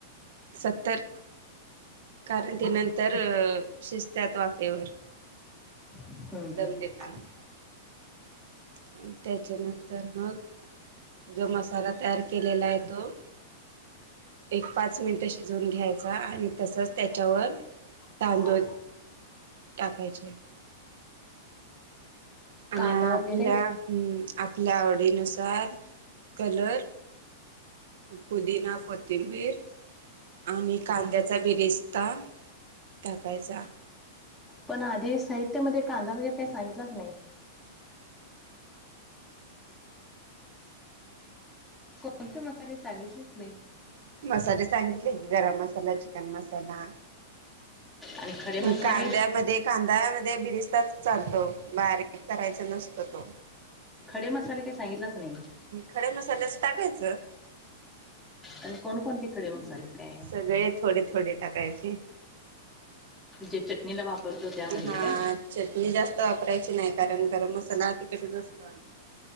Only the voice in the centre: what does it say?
हम्म हम्म
चालेल.
कांदा
वगैरे
पण आधी साहित्यामध्ये कांदा वगैरे काही सांगितलाच नाही. कोणते मसाले सांगितलेच नाही.
आणि खडे मसाले
खडे मसाले काही सांगितलाच नाही.
पण कोणकोणते खडे मसाले काय.
जे चटणीला वापरतो त्यामधले
काय